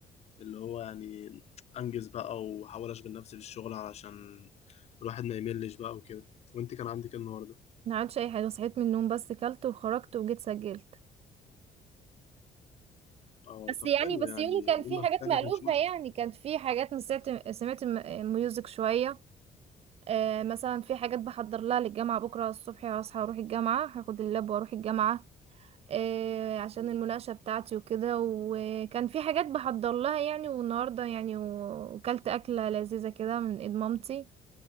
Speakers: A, on the left; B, on the right.
A: اللي هو يعني انجز بقى واحاول اشغل نفسي في الشغل علشان الواحد ما يملش بقى وكده وانت كان عندك ايه النهارده
B: ما عملتش اي حاجه صحيت من النوم بس كلت وخرجت وجيت سجلت
A: اه
B: بس
A: طب
B: يعني
A: حلو
B: بس
A: يعني
B: يومي كان
A: لما
B: فيه حاجات
A: بتاعك
B: مألوفة
A: ما كانش متعب
B: يعني كانت في حاجات سمعت سمعت م- ميوزك شويه آه مثلا في حاجات بحضر لها للجامعه بكره الصبح هصحى اروح الجامعه هاخد اللاب واروح الجامعه آه عشان المناقشه بتاعتي وكده وكان في حاجات بحضر لها يعني والنهارده يعني و- وكلت اكله لذيذه كده من ايد مامتي